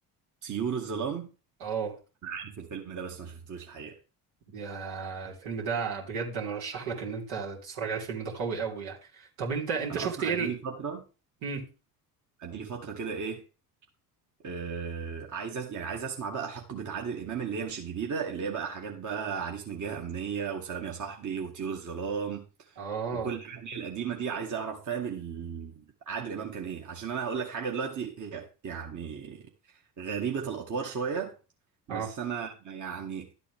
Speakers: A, on the right; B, on the right.
A: طيور الظلام
B: اه
A: عارف الفيلم ده بس ما شفتوش الحقيقه
B: يا الفيلم ده بجد انا ارشح لك ان انت تتفرج على الفيلم ده قوي قوي يعني طب انت انت
A: انا
B: شفت
A: اصلا
B: ايه
A: قد
B: ال...
A: لي فتره
B: مم.
A: قد لي فتره كده ايه آه عايز أس... يعني عايز اسمع بقى حقبه عادل امام اللي هي مش الجديده اللي هي بقى حاجات بقى عريس من جهه امنيه وسلام يا صاحبي وطيور الظلام
B: اه
A: وكل الحاجات اللي هي القديمه دي عايز اعرف فاهم ال... عادل امام كان ايه عشان انا هقول لك حاجه دلوقتي هي يعني غريبه الاطوار شويه بس
B: اه
A: انا يعني